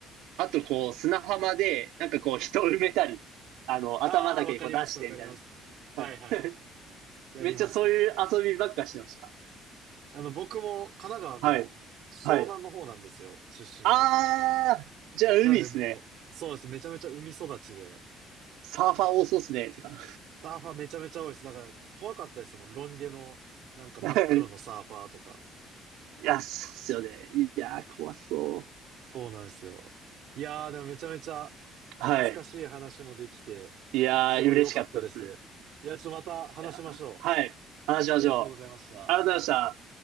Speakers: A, on the right; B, on the right.
A: あと、こう、砂浜で、なんかこう、人を埋めたり、あの、
B: ああ、
A: 頭だけこう出してみたいな。
B: わかります、わかります。はいはい。
A: はい <laughs>
B: やります。
A: めっちゃそういう遊びばっかしてました。
B: あの、僕も神奈川の湘南の方なんですよ、
A: はい。はい。
B: 出身が。
A: あー、じゃあ海っすね。
B: なのでもう、そうです。めちゃめちゃ海育ちで、
A: サーファー多そうっすね。てか。
B: サーファーめちゃめちゃ多いです。だから怖かったですもん。ロン毛の、なんか真っ黒のサーファーとか。
A: はい。いや、そうっすよね。いやー、怖そ
B: そうなんですよ。いやー、でもめちゃめちゃ
A: う。
B: 懐かしい話もできて、
A: はい。いやー、
B: すごい良かったです。
A: 嬉しかったっす。
B: いや、ちょっとまた話しましょ
A: いやー、はい。話しましょう。
B: う。ありがとうございました。
A: ありがとうございました。